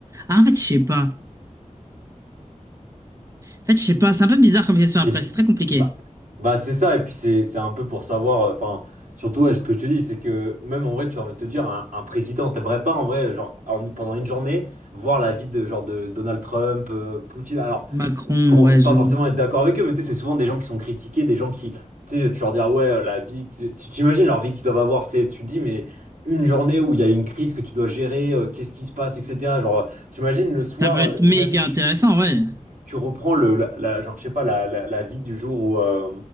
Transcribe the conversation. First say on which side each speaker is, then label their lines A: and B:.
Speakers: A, on the right (about 25°); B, on the right (about 80°).
A: Ah, en fait, je sais pas. En fait, je sais pas. C'est un peu bizarre comme question
B: C'est
A: après.
B: que-
A: C'est très compliqué.
B: bah, bah c'est ça, et puis c'est c'est un peu pour savoir, euh, enfin, surtout ouais, ce que je te dis, c'est que même en vrai, tu as envie de te dire, un, un président, t'aimerais pas en vrai, genre, en- pendant une journée, voir la vie de genre de Donald Trump, euh, Poutine, alors,
A: Macron,
B: pour
A: ouais,
B: pas
A: je...
B: forcément être d'accord avec eux, mais tu sais, c'est souvent des gens qui sont critiqués, des gens qui, tu sais, tu leur dis, ah ouais, la vie, tu tu- t'imagines leur vie qu'ils doivent avoir, tu sais, tu te dis, mais une journée où il y a une crise que tu dois gérer, euh, qu'est-ce qui se passe, etc. Genre, euh, t'imagines le soir,
A: Ça peut
B: euh,
A: être méga
B: imagine,
A: intéressant, ouais.
B: tu reprends le, la, la- genre, je sais pas, la, la, la vie du jour où, euh,